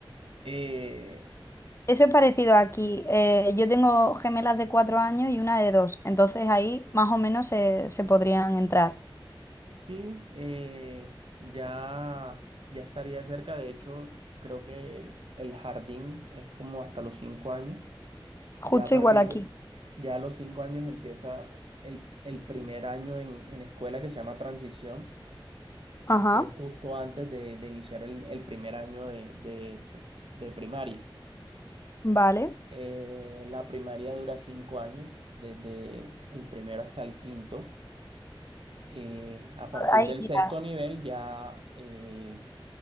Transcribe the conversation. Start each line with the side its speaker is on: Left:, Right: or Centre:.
Right: Eh,
Left: Eso es parecido aquí. eh, yo tengo gemelas de cuatro años y una de dos, entonces ahí más o menos se, se podrían entrar.
Right: sí, eh, ya, ya estaría cerca, de hecho, creo que el jardín es como hasta los cinco años.
Left: Justo
Right: Ya a partir
Left: igual aquí.
Right: de, ya a los cinco años empieza el, el primer año en, en escuela que se llama transición,
Left: Ajá,
Right: que es justo antes de, de iniciar el, el primer año de, de- de primaria.
Left: vale.
Right: Eh, la primaria dura cinco años, desde el primero hasta el quinto. Eh, a partir
Left: Ahí,
Right: del
Left: mira.
Right: sexto nivel ya, eh,